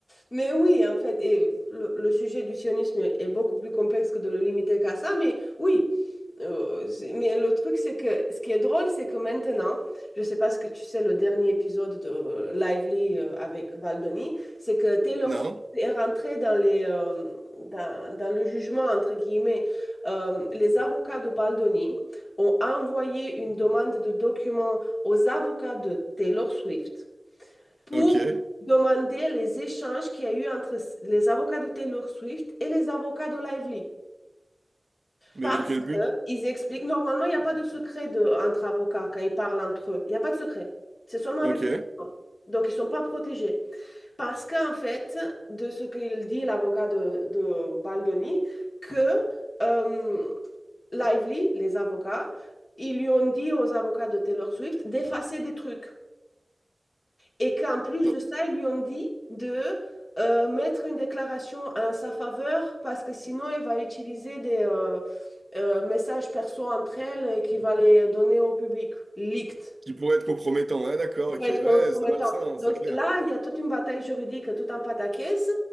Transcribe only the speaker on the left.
Mais oui, en fait, et le, le sujet du sionisme est beaucoup plus complexe que de le limiter qu'à ça, mais oui. Euh, c'est- mais le truc, c'est que ce qui est drôle, c'est que maintenant, je sais pas ce que tu sais, le dernier épisode de euh, Lively euh, avec Valdoni, c'est que Taylor
Swift est rentrée dans les, euh, dans, dans le jugement, entre guillemets. Euh, les avocats de Valdoni ont envoyé une demande de documents aux avocats de Taylor Swift pour
demander les échanges qu'il y a eu entre les avocats de Taylor Swift et les avocats de Lively.
Parce
qu'ils expliquent, normalement, il n'y a pas de secret de- entre avocats quand ils parlent entre eux. Il n'y a pas de secret. C'est seulement
avec toi. Donc, ils ne sont pas protégés. Parce qu'en fait, de ce qu'il dit l'avocat de, de Baldoni, que euh, Lively, les avocats, ils lui ont dit aux avocats de Taylor Swift d'effacer des trucs. Et qu'en plus
de ça, ils lui ont dit de euh, mettre une déclaration en sa faveur parce que sinon, il va utiliser des euh, euh, messages perso entre elles et qu'il va les donner au public, leaked
qui
peut être
compromettant.
Donc
là, il y a toute une bataille juridique, tout un pataquès,